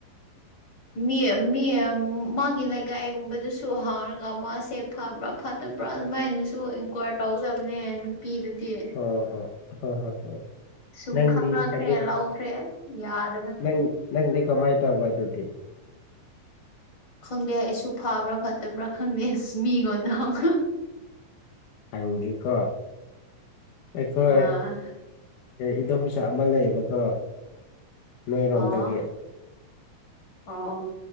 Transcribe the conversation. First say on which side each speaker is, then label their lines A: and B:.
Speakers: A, on the left (about 35°); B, on the left (about 80°).
A: ꯃꯤ ꯃꯤ ꯃꯥꯒꯤ ꯂꯩꯀꯥꯏꯒꯨꯝꯕꯗꯨꯁꯨ ꯍꯥꯡꯉꯒ ꯃꯥꯁꯦ ꯐꯕ꯭ꯔꯥ ꯐꯠꯇꯕ꯭ꯔꯥ ꯑꯗꯨꯃꯥꯏꯅꯁꯨ ꯏꯟꯀ꯭ꯋꯥꯏꯔ ꯇꯧꯒꯗꯕꯅꯦꯅ ꯅꯨꯄꯤꯗꯨꯗꯤ
B: ꯍꯣꯏ ꯍꯣꯏ ꯍꯣꯏ ꯍꯣꯏ ꯍꯣꯏ
A: ꯁꯨꯝ
B: ꯅꯪꯗꯤ
A: ꯈꯪꯅꯈ꯭ꯔꯦ
B: ꯑꯗꯨ
A: ꯂꯧꯈ꯭ꯔꯦ ꯌꯥꯗ
B: ꯅꯪ ꯅꯪꯗꯤ ꯀꯃꯥꯏꯅ ꯇꯧꯕ ꯑꯗꯨꯗꯤ
A: ꯈꯪꯗꯦ ꯑꯩꯁꯨ ꯐꯥꯕ꯭ꯔꯥ ꯐꯠꯇꯕ꯭ꯔꯥ ꯈꯪꯗꯦ ꯃꯤꯉꯣꯟꯗꯪ
B: ꯑꯪꯖꯤꯀ ꯑꯩꯈꯣꯏ
A: ꯑꯥ
B: ꯏꯗꯣꯝꯆꯥ ꯑꯃ ꯂꯩꯌꯦꯕꯀꯣ ꯅꯔꯣꯝꯗꯒꯦ
A: ꯑꯣ ꯑꯣ